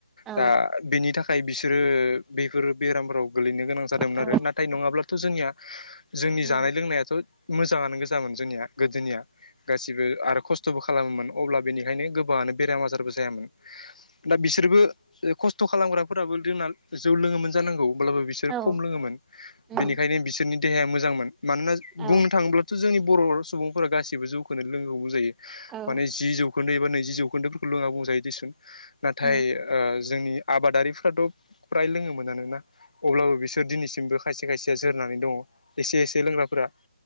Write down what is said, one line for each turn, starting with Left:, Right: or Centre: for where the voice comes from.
Centre: औ
Left: दा बेनि थाखाय बिसो रो बेफोर बेरामफोराव गोलैनो गोनां जादोंमोन
Centre: औ
Left: आरो नाथाय नङाब्लाथ' जोंनिया जोंनि
Centre: उम
Left: जानाय लोंनायाथ' मोजाङानो गोजामोन जोंनिया गोदोनिया गासिबो आरो खस्थ'बो खालामोमोन अब्ला बेनिखायनो गोबाङानो बेराम आजारबो जायामोन दा बि सोरबो खस्थ' खालामग्रा फोराबो लोंना जौ लोङोमोन जानांगौ अब्लाबो बिसोर
Centre: औ
Left: खम लोङोमोन
Centre: उम
Left: बिनिखायनो बिसोरनि देहाया मोजांमोन मानोना
Centre: औ
Left: बुंनो थाङोब्लाथ' जोंनि बर' सुबुंफोरा गासिबो जौखौ लोंओ बुंजायो
Centre: औ
Left: माने जि जौखोन्दो एबा नै जौ खोनदो फोरखौ लोङा बुंजायोदि नाथाय
Centre: उम
Left: ओ जोंनि थ' फ्राय लोङोमोनानो ना अब्लाबो बिसोर दिनैसिमबो खायसे खायसेया जोरनानै दङ एसे एसे लोंग्राफोरा